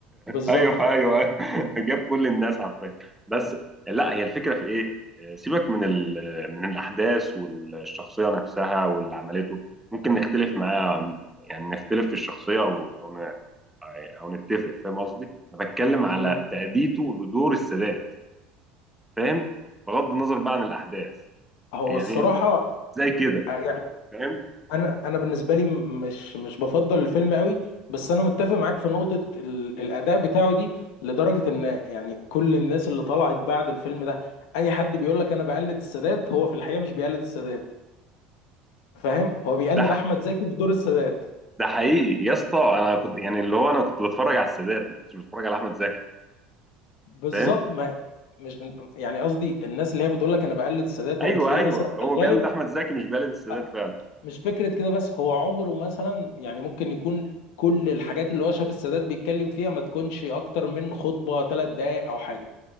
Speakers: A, on the left; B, in the centre.
A: بالظبط
B: ايوه ايوه ايوه <laughs> جاب كل الناس عارفين بس لا هي الفكره في ايه آه، سيبك من ال- من الاحداث والشخصيه نفسها واللي عملته ممكن نختلف معاه يعني نختلف في الشخصيه او او ن- او نتفق فاهم قصدي انا بتكلم على
A: مم.
B: تاديته لدور السادات فاهم بغض النظر بقى عن الاحداث
A: هو
B: يعني
A: الصراحه
B: زي كده
A: آه، يعني
B: فاهم
A: انا انا بالنسبه لي مش مش بفضل الفيلم قوي بس انا متفق معاك في نقطه ال الاداء بتاعه دي لدرجه ان يعني كل الناس اللي طلعت بعد الفيلم ده اي حد بيقول لك انا بقلد السادات هو في الحقيقه مش بيقلد السادات فاهم هو بيقلد
B: ده ح-
A: احمد زكي في دور السادات
B: ده حقيقي يا اسطى انا كنت يعني اللي هو انا كنت بتفرج على السادات ما كنتش بتفرج على احمد زكي
A: بالظبط
B: فاهم
A: ما مش يعني قصدي الناس اللي هي بتقول لك انا بقلد السادات
B: ايوه
A: هو بتلاقيه
B: ايوه
A: مثلا في
B: هو
A: الغالب
B: بيقلد احمد زكي مش بيقلد السادات
A: آه،
B: فعلا
A: مش فكره كده بس هو عمره مثلا يعني ممكن يكون كل الحاجات اللي هو شاف السادات بيتكلم فيها ما تكونش اكتر من خطبه ثلاث دقائق او حاجه